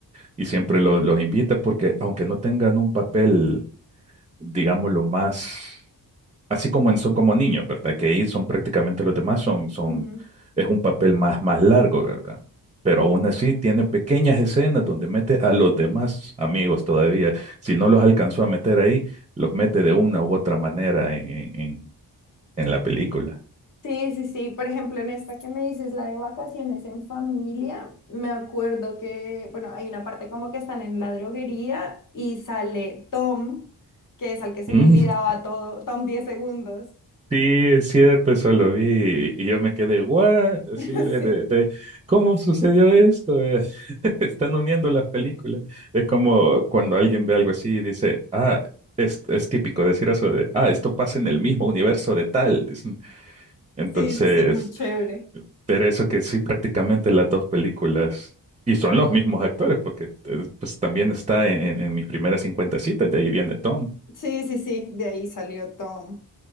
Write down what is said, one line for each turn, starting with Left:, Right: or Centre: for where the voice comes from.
Right: y siempre lo- los invita porque aunque no tengan un papel, digámoslo, más, así como en- son como niños, ¿verdad? Que ahí son prácticamente los demás, son, son,
Left: Ujú.
Right: es un papel más, más largo, ¿verdad? Pero aún así tiene pequeñas escenas donde mete a los demás amigos todavía. Si no los alcanzó a meter ahí, los mete de una u otra manera en, en, en en la película.
Left: Sí, sí, sí. Por ejemplo, en esta que me dices, la de vacaciones en familia, me acuerdo que, bueno, hay una parte como que están en la droguería y sale Tom, que es al que se
Right: <laughs>
Left: le olvidaba todo, Tom 10 segundos.
Right: Sí, es cierto, eso lo vi y yo me quedé, ¿what? Así
Left: <laughs>
Right: de,
Left: Sí,
Right: de, de, ¿cómo sucedió esto? <laughs> Están uniendo las películas. Es como cuando alguien ve algo así y dice, ah, es, es típico decir eso de, ah, esto pasa en el mismo universo de tal. Dicen. Entonces,
Left: sí, sí, sí, muy chévere.
Right: pero eso que sí, prácticamente las dos películas, y son los mismos actores, porque eh, pues también está en, en en mis primeras 50 citas, de ahí viene Tom.
Left: Sí, sí, sí, de ahí salió Tom.